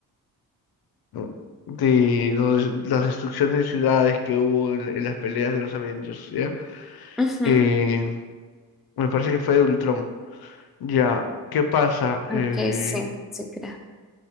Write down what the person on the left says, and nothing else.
mm, de los- las destrucciones de ciudades que hubo en, en las peleas de los Avengers, ¿ya?
Eh, me parece que fue de Ultron. Ya, ¿qué pasa? Eh,